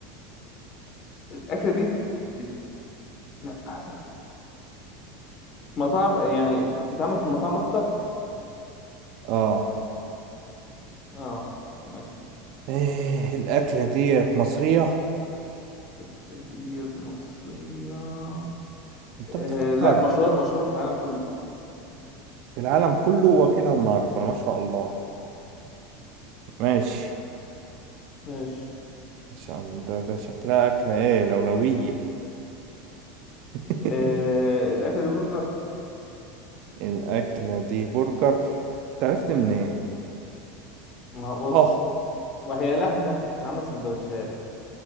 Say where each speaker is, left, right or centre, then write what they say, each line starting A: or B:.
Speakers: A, on the left; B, on the right.
A: الأكلة دي تت- لا أحسن. مطاعم يعني بتتعمل في المطاعم أكتر
B: اه
A: اه ماشي
B: إيه الأكلة ديت مصرية
A: الأكلة دي مصرية
B: انت
A: آه
B: بتفكر
A: لا مشهورة مشهورة في العالم كله
B: في العالم كله واكلها النهاردة ما شاء الله ماشي
A: ماشي
B: ما شاء الله ده, ده شكلها أكلة ايه لولوية
A: <laughs>
B: <laughs>
A: آه الأكلة دي برجر
B: الأكلة دي برجر تعرفت من ايه
A: ما هو-
B: اه
A: بص ما هي لحمة بتتعمل سندوتشات